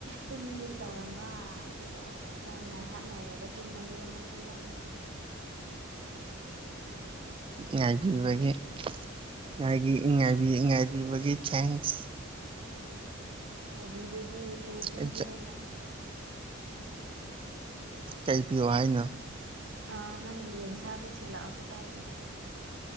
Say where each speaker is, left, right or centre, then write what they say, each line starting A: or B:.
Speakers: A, on the right; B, on the right.
A: ꯇꯨꯝꯒꯦ ꯇꯧꯔꯝꯕ ꯑꯗꯨꯒ ꯅꯪ ꯉꯥꯏꯍꯥꯛ ꯉꯥꯏꯔꯒ ꯇꯨꯝ ꯇꯨꯝꯃꯒꯦꯅ ꯈꯜꯂꯝꯕ
B: ꯉꯥꯏꯕꯤꯕꯒꯤꯉꯥꯢꯕꯤ
A: ꯎꯝ
B: ꯉꯥꯢꯕꯤ ꯉꯥꯏꯕꯤꯕꯒꯤ ꯊꯦꯡꯁ
A: ꯉꯥꯏꯕꯤꯕꯒꯤ ꯀꯩ ꯄꯤꯒꯦ
B: ꯑꯩ
A: ꯍꯥꯏꯅꯣ
B: ꯀꯩꯩ ꯄꯤꯌꯣ ꯍꯥꯏꯅꯣ
A: ꯑ ꯅꯪꯒꯤ ꯌꯦꯟꯁꯥꯗꯨ ꯊꯤꯜꯂꯛꯑꯁꯨ ꯀꯥꯏꯗꯦ